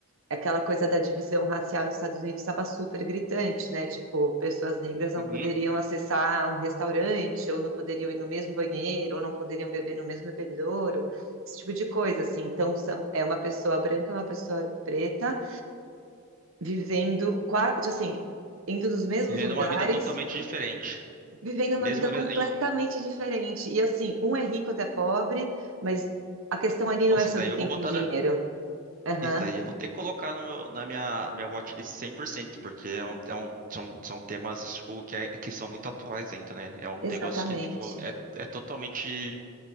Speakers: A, on the right; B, on the right.
A: aquela coisa da divisão racial nos Estados Unidos estava super gritante, né? Tipo, pessoas negras não
B: Uhum.
A: poderiam acessar um restaurante, ou não poderiam ir no mesmo banheiro, ou não poderiam beber no mesmo bebedouro, esse tipo de coisa, assim. Então, são, é uma pessoa branca e uma pessoa preta vivendo, qua- assim, indo nos mesmos
B: Vivendo
A: lugares
B: uma vida totalmente diferente.
A: vivendo uma
B: Mesmo,
A: vida completamente
B: mesmo em-
A: diferente. E assim, um é rico, outro é pobre, mas a questão ali
B: Nossa,
A: não é sobre
B: isso daí eu
A: quem
B: vou botar.
A: tem dinheiro.
B: na-
A: Aham,
B: Isso daí eu vou ter que colocar no meu- na minha, minha watchlist 100%, porque é um, é um- são, são temas tipo, que, é- que são muito atuais ainda, né? É um
A: exatamente.
B: negócio que tipo, é, é totalmente